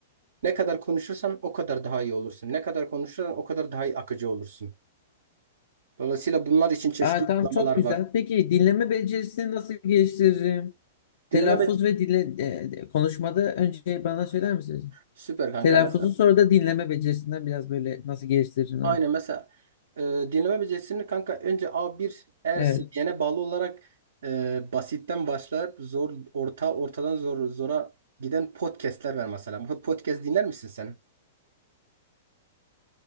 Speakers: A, on the right (about 65°); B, on the left (about 60°).
A: Ne kadar konuşursan o kadar daha iyi olursun. Ne kadar konuşursan o kadar daha iyi akıcı olursun. Dolayısıyla bunlar için çeşitli
B: Aa, tamam
A: uygulamalar
B: çok
A: var.
B: güzel. Peki dinleme becerisini nasıl geliştiririm? Telaffuz
A: Dileme, be-
B: ve dinle, e, e, konuşmada önce bana söyler misiniz?
A: Süper kanka.
B: Telaffuzu
A: Mesela
B: sonra da dinleme becerisinden biraz böyle nasıl geliştiririm?
A: aynı mesela e, dinleme becerisini kanka önce A1 eğer
B: Evet.
A: seviyene bağlı olarak e, basitten başlayıp zor orta ortadan zor zora giden podcastler var mesela. Bu Podcast dinler misin sen?